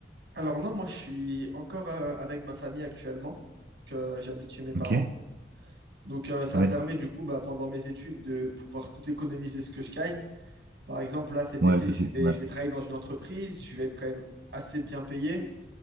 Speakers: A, on the right (about 75°); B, on the right (about 55°).
A: Alors non, moi je suis encore euh, avec ma famille actuellement, que j'habite chez mes parents.
B: Ok.
A: Donc euh, ça
B: Ouais.
A: me permet du coup, bah, pendant mes études, de pouvoir tout économiser ce que je gagne. Par exemple, là cet
B: Ouais,
A: été,
B: ça
A: je
B: c'est pas
A: vais,
B: mal.
A: je vais travailler dans une entreprise, je vais être quand même assez bien payé.